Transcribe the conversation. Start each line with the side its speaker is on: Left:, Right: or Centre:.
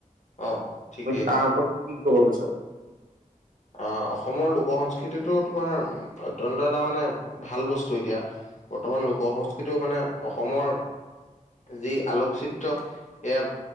Left: অ ঠিকেই
Right: মই তাৰ ওপৰত কি কব বিচাৰো
Left: অ অসমৰ লোক সংস্কৃতিটো তোমাৰ অত্যন্ত এটা মানে ভাল বস্তু এতিয়া, বৰ্তমান লোক সংস্কৃতিও মানে অসমৰ যি আলোকচিত্ৰ সেয়া